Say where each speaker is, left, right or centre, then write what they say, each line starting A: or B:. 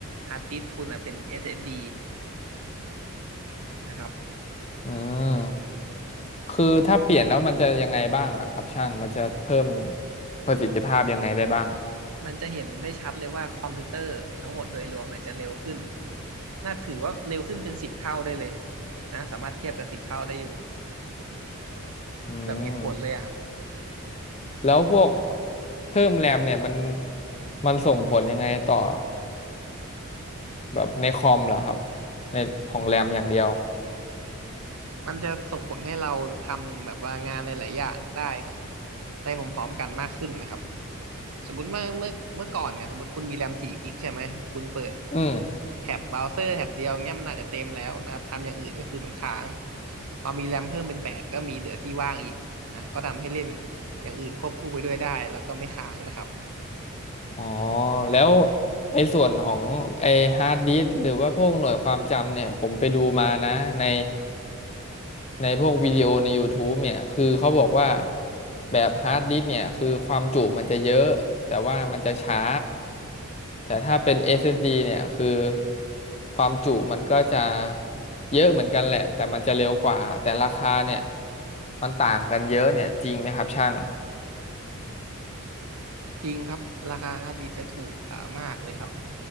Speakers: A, on the right; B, on the left.
A: ฮาร์ดดิสก์คุณอะเป็น SSD นะครับ
B: อืมคือถ้าเปลี่ยนแล้วมันจะยังไงบ้างล่ะครับช่างมันจะเพิ่มประสิทธิภาพยังไงได้บ้าง
A: มันจะเห็นได้ชัดเลยว่าคอมพิวเตอร์ทั้งหมดโดยรวมเนี่ยจะเร็วขึ้นน่าถือว่าเร็วขึ้นเป็นสิบเท่าได้เลยนะสามารถเทียบกับสิบเท่าได้อยู่
B: อื
A: แบบเห็นผลเลยอะครับ
B: ม แล้วพวกเพิ่มแรมเนี่ยมันมันส่งผลยังไงต่อแบบในคอมเหรอครับในของแรมอย่างเดียว
A: มันจะส่งผลให้เราทำแบบว่างานหลายๆอย่างได้ครับได้พร้อมๆกันมากขึ้นนะครับ สมมติเมื่อเมื่อเมื่อก่อนเนี่ยสมมติคุณมีแรมสี่กิกใช่ไหมคุณเปิด
B: อืม
A: แท็บเบราว์เซอร์แท็บเดียวเงี้ยมันอาจจะเต็มแล้วนะครับทำอย่างอื่นก็คือมันค้างพอมีแรมเพิ่มเป็นแปดก็มีเหลือที่ว่างอีกนะก็ทำให้เล่นอย่างอื่นควบคู่ไปด้วยได้แล้วก็ไม่ค้างนะครับ
B: อ๋อ แล้วในส่วนของไอฮาร์ดดิสก์หรือว่าพวกหน่วยความจำเนี่ยผมไปดูมานะใน ในพวกวิดีโอใน YouTube เนี่ยคือเขาบอกว่าแบบฮาร์ดดิสก์เนี่ยคือความจุมันจะเยอะแต่ว่ามันจะช้าแต่ถ้าเป็น SSD เอสดีเนี่ยคือความจุมันก็จะเยอะเหมือนกันแหละแต่มันจะเร็วกว่าแต่ราคาเนี่ยมันต่างกันเยอะเนี่ยจริงไหมครับช่าง
A: จริงครับราคาฮาร์ดดิสก์จะถูกกว่ามากเลยครับ